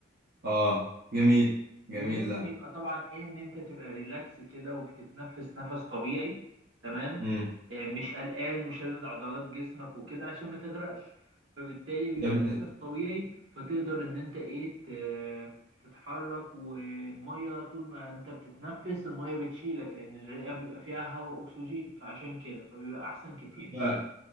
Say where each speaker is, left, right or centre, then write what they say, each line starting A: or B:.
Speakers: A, on the right; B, on the right.
A: اه جميل جميل
B: ولازم
A: ده
B: يبقى طبعا ايه ان انت تبقى ريلاكس كده وبتتنفس نفس طبيعي تمام
A: امم
B: آه، مش قلقان وشادد عضلات جسمك وكده عشان ما تغرقش فبالتالي بيبقى
A: يا ابني،
B: النفس طبيعي فتقدر ان انت ايه ت- تتحرك والميه طول ما انت بتتنفس الميه بتشيلك لان الرئه بيبقى فيها هواء اكسجين فعشان كده فبيبقى احسن كتير
A: فعلا